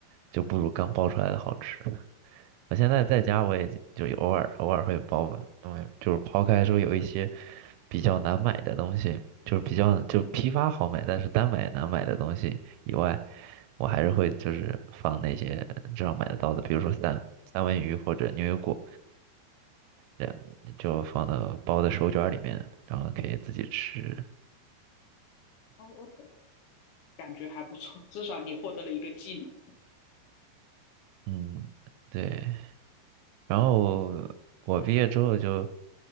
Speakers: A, on the right; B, on the left.
A: 就不如刚包出来的好吃。我现在在家，我也就偶尔偶尔会包吧，因为就是抛开说有一些比较难买的东西，就是比较就批发好买，但是单买难买的东西以外，我还是会就是放那些至少买得到的，比如说三三文鱼或者牛油果，嗯，就放到包的手卷儿里面，然后可以自己吃。
B: 哦，我感觉还不错，至少你获得了一个技能。
A: 嗯，对。然后我毕业之后就